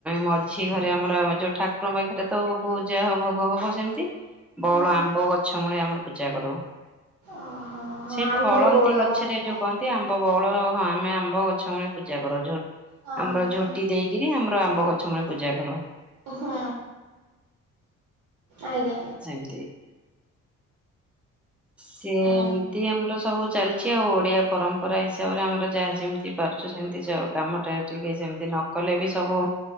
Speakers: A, in the centre; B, on the right.
A: ମଝି ଘରେ ଆମର ଯୋଉ ଠାକୁରଙ୍କ ପାଖରେ ତ ପୂଜା ଭୋଗ ହବ ସେମିତି। ବଉଳ
B: ହଁ
A: ଆମ୍ବ ଗଛ। ଳେ ଆମର ପୂଜା କରଉଁ।
B: ଓହୋ ହଁ
A: ସେ
B: ଆମ୍ବ
A: ଫଳନ୍ତିୀ
B: ବଉଳ
A: ଗଛରେ
B: ହବା ପାଇଁ
A: ଯୋଉ ଯଦି ଆମ୍ବ ବଉଳ ହଁ ଆମେ ଆମ୍ବ ଗଛ ମୂଳେ ପୂଜା କରୁ। ଝୋ
B: ହଁ
A: ଆମର
B: ହଁ
A: ଝୋଟି ଦେଇକି ନ୍ତି ଆମର ଆମ୍ବ ଗଛ ମୂଳେ ପୂଜା କରୁ।
B: ହୁଁ, ଆଜ୍ଞା
A: ସେମିତି। ସେ
B: ଓ।
A: ଏମିତି ଆମର ସବୁ ଚାଲିଛି ଆଉ ଓଡ଼ିଆ ପରମ୍ପରା ହିସାବରେ ଆମର ଯାହା ଯେମିତି ପାରୁଛୁ ସେମିତି ଯଉ କାମ ଟା ଟିକେ ଯେମିତି ନ କଲେ ବି ସବୁ